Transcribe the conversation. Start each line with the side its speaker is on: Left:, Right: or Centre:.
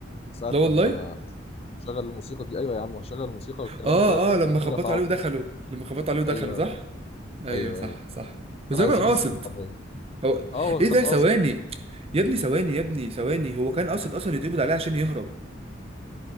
Left: ساعه
Right: لا والله
Left: لما شغل الموسيقى دي ايوه يا عم هو شغل الموسيقى والكلام
Right: اه
Left: ده
Right: اه لما
Left: وبعد
Right: خبطوا
Left: كده تعاقب
Right: عليه ودخلوا لما خبطوا عليه ودخلوا
Left: ايوه
Right: صح ايوه
Left: ايوه
Right: صح
Left: ايوه
Right: صح بس
Left: كان
Right: هو
Left: عايز
Right: كان قاصد
Left: يحس بالحريه
Right: هو
Left: اه هو
Right: ايه
Left: كان
Right: ده ثواني
Left: قاصد ده.
Right: يا ابني ثواني يا ابني ثواني هو كان قاصد اصلا يتقبض عليه عشان يهرب